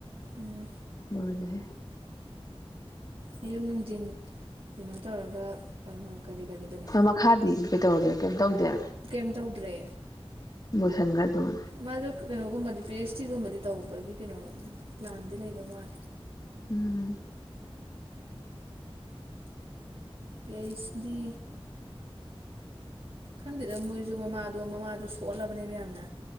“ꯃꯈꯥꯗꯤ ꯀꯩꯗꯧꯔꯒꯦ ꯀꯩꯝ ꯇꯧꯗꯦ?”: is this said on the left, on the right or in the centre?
Left